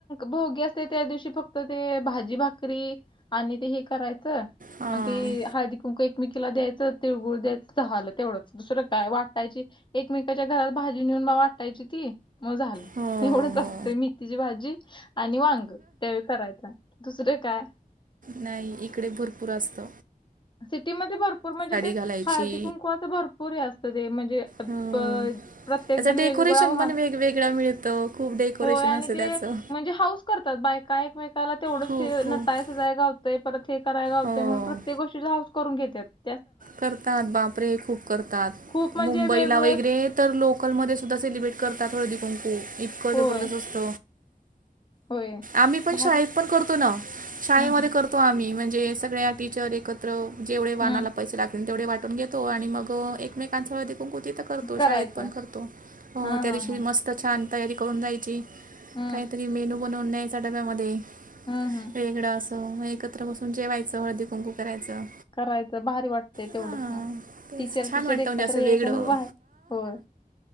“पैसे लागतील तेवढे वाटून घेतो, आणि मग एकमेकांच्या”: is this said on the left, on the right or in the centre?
Right